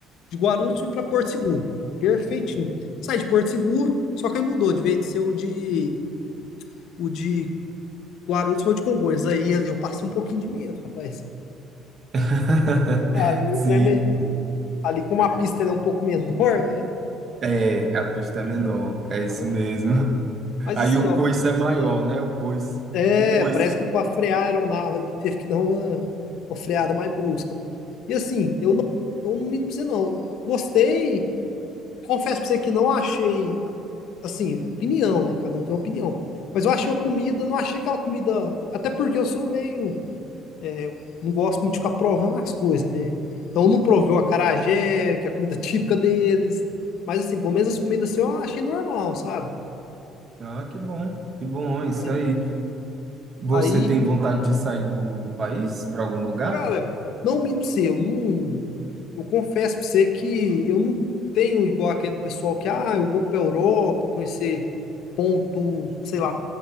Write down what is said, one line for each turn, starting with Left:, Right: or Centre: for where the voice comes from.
Left: de Guarulhos fui para Porto Seguro, perfeitinho. Saí de Porto Seguro, só que aí mudou, de vez de ser o de, o de Guarulhos foi o de Congonhas. Aí ali eu passei um pouquinho de medo, rapaz.
Right: <laughs>
Left: Ali o
Right: Sim,
Left: trem, é-
Right: sim.
Left: ali como a pista ela é um pouco menor, né?
Right: É, a pista é menor, é isso
Left: Aham.
Right: mesmo.
Left: Mas
Right: Aí
Left: assim,
Right: o
Left: ó,
Right: coice é maior,
Left: ah,
Right: né? O coice.
Left: é,
Right: O coice.
Left: parece que para frear a aeronave ali teve que dar uma, uma freada mais brusca. E assim, eu não, eu não minto pra você não. Gostei, confesso pra você que não achei, assim, opinião, né? Cada um tem uma opinião. Mas eu achei a comida, não achei aquela comida. Até porque eu sou meio. é, não gosto muito de ficar provando as coisas, né? Então eu não provei o acarajé, que é a comida <laughs> típica deles. Mas assim, pelo menos as comidas assim eu achei normal, sabe?
Right: Ah, que bom, que bom, é isso
Left: Aí,
Right: aí. Você
Left: aí,
Right: tem vontade de sair do, do país para algum lugar?
Left: cara, não minto pra você, eu não. Eu confesso pra você que eu não tenho igual aquele pessoal que, ah, eu vou pra Europa conhecer ponto, sei lá,